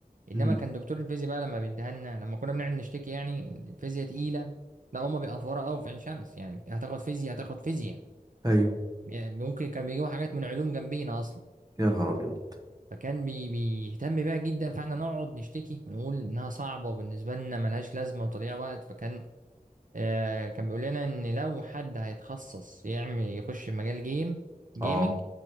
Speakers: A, on the right; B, on the right.
A: انما
B: مم.
A: كان دكتور الفيزياء بقى لما بيديها لنا لما كنا بنقعد نشتكي يعني إن الفيزياء تقيله لا هما بيقفوها قوي في عين شمس يعني هتاخد فيزياء هتاخد فيزياء
B: ايوه
A: يعني ممكن كان بيجيبوا حاجات من علوم جنبينا اصلا
B: يا نهار ابيض
A: فكان بي بيهتم بيها جدا فاحنا نقعد نشتكي ونقول انها صعبه وبالنسبه لنا ملهاش لازمه وتضيع وقت فكان آه كان بيقول لنا ان لو حد هيتخصص يعمل يخش مجال جيم جيمنج
B: اه